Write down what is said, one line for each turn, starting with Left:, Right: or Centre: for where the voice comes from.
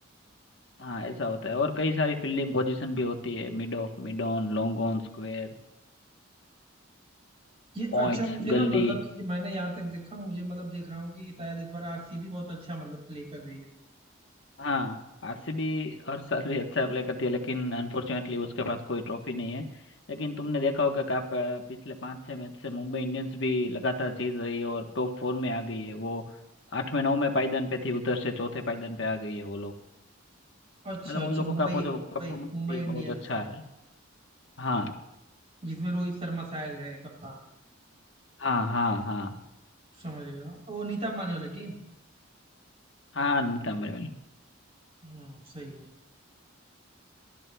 Left: हाँ ऐसा होता है और कई सारी फील्डिंग पोजीशन भी होती है mid of mid on long on square
Right: ये
Left: points
Right: अच्छा मुझे ना
Left: gully
Right: मतलब कि ये मैंने यहाँ तक देखा मुझे मतलब देख रहा हूँ कि शायद इस बार आरसीबी बहुत अच्छा मतलब प्ले कर रही है
Left: हाँ आरसीबी हर साल भी अच्छा प्ले करती है लेकिन अनफॉर्चुनेटली उसके पास कोई ट्रॉफी नहीं है लेकिन तुमने देखा होगा कि आप अ, पिछले पाँच छह मैच से मुंबई इंडियंस भी लगातार जीत रही है और टॉप फोर में आ गई है वो आठवें नौवें पायदान पे थी उधर से चौथे पायदान पे आ गई है वो लोग
Right: अच्छा
Left: मतलब
Right: अच्छा
Left: उन लोगों
Right: मुंबई
Left: का परफॉर्मेंस
Right: मुंबई मुंबई
Left: भी
Right: इंडियंस
Left: बहुत अच्छा है हाँ
Right: जिसमें रोहित शर्मा शायद है कप्तान
Left: हाँ हाँ हाँ
Right: समझ गया वो नीता अंबानी वाली टीम
Left: हाँ नीतंबर वाली
Right: हम्म सही है